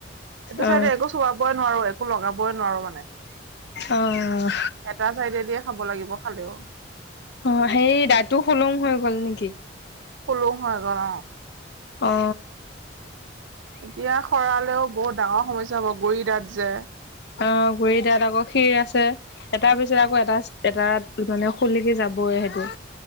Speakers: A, on the right; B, on the left.
A: এইটো
B: অ
A: চাই একো চোৱাবই নোৱাৰোঁ একো লগাবই নোৱাৰোঁ।
B: অ।
A: এটা চাইডে দিয়ে খাব লাগিব খালেও।
B: অ সেই দাঁতটো সুলং হৈ গ'ল নেকি।
A: সুলং হৈ গ'ল।
B: অ।
A: এতিয়া সৰালেও বহুত ডাঙৰ সমস্যা হব গুৰি দাঁত যে।
B: অ গুৰি দাঁত আকৌ শিৰ। এটাৰ পিছত আকৌ এটা এটা মানে সুলুকি যাবই সেইটো।